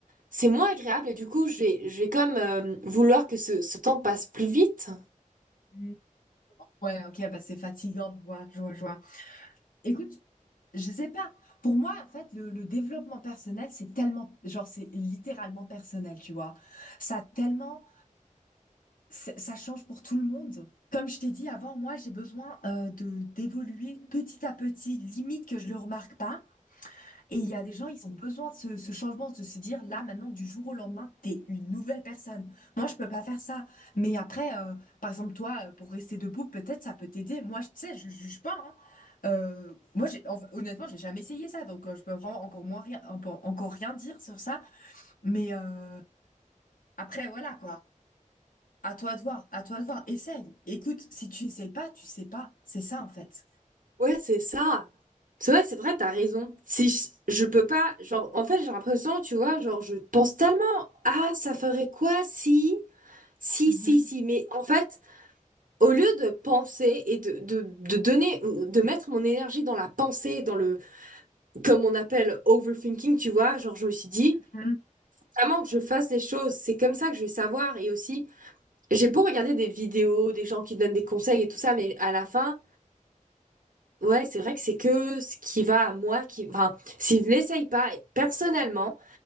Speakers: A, on the right (about 80°); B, on the left (about 90°).
A: c'est moins agréable et du coup, je vais, je vais comme euh, vouloir que ce, ce temps passe plus vite.
B: Mm. Ouais, ok, bah c'est fatigant, je vois, je vois, je vois. Écoute, Je sais pas. Pour moi, en fait, le, le développement personnel, c'est tellement, genre, c'est littéralement personnel, tu vois. Ça a tellement, c'est- ça change pour tout le monde. Comme je t'ai dit avant, moi, j'ai besoin euh, de d'évoluer petit à petit, limite que je le remarque pas. Et il y a des gens, ils ont besoin de ce, ce changement, de se dire là, maintenant, du jour au lendemain, t'es une nouvelle personne. Moi, je peux pas faire ça. Mais après, euh, par exemple, toi, euh, pour rester debout, peut-être ça peut t'aider. Moi, je tu sais, je juge pas. hein. Euh, moi, j'ai, enfin, honnêtement, j'ai jamais essayé ça, donc euh, je peux vraiment encore moins rien, encore encore rien dire sur ça. Mais euh, après, voilà quoi. À toi de voir, à toi de voir. Essaye. Écoute, si tu essayes pas, tu sais pas. C'est ça en fait.
A: Ouais, c'est ça. C'est vrai, c'est vrai, t'as raison. Si je, je peux pas, genre, en fait, j'ai l'impression, tu vois, genre, je pense tellement, ah, ça ferait quoi si, si,
B: Mhm.
A: si, si, mais en fait, au lieu de penser et de, de, de donner, de mettre mon énergie dans la pensée, dans le, comme on appelle overthinking, tu vois, genre, je me suis dit,
B: Mhm.
A: vraiment que je fasse les choses, c'est comme ça que je vais savoir. Et aussi, j'ai beau regarder des vidéos, des gens qui donnent des conseils et tout ça, mais à la fin, Ouais, c'est vrai que c'est que ce qui va à moi qui. Enfin, si je l'essaye pas, personnellement,